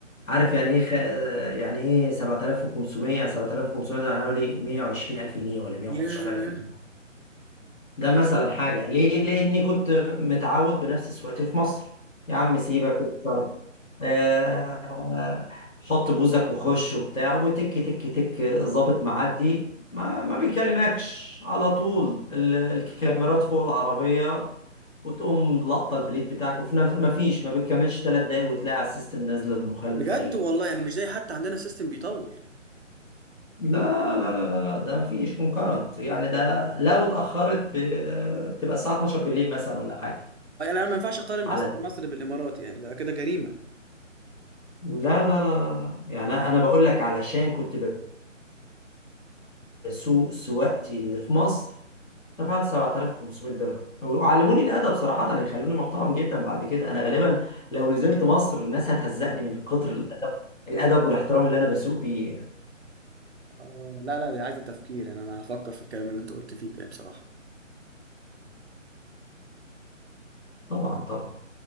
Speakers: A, on the left (about 85°); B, on the right (about 55°).
A: عارف يعني ايه خ... آه، يعني ايه 7500 7500 ده حوالي 120 الف جنيه ولا 115
B: يا
A: الف جنيه. ده مثلا حاجة ليه؟ لأني كنت متعود بنفس سواقتي في مصر يا عم سيبك اكتر آه، حط بوزك وخش وبتاع وتك تك تك ظابط معدي ما, ما بيكلمكش على طول ال- الكاميرات فوق العربية وتقوم لقطة البليت بتاعك وفي نفس ما فيش ما بتكملش ثلاث دقايق وتلاقي على السيستم نازلة المخالفة
B: بجد
A: ليك
B: والله يعني مش زي حتى عندنا سيستم بيطول
A: لا لا لا لا لا ده ما فيش كونكرنت يعني ده لو اتأخرت ب- بتبقى الساعة 12 بالليل مثلا ولا حاجة
B: يعني انا ما ينفعش اقارن
A: على
B: اصلا مصر بالامارات يعني ده كده جريمه
A: لا لا لا لا لا. يعني انا بقول لك علشان كنت بسوق سواقتي اللي في مصر دفعت 7500 درهم وعلموني الادب صراحه يخلوني محترم جدا بعد كده انا غالبا لو نزلت مصر الناس هتهزقني من كتر الادب الادب والاحترام اللي انا بسوق بيه
B: آه لا لا دي عايزه تفكير يعني انا هفكر في الكلام اللي انت قلت فيه ده بصراحه
A: طبعا طبعا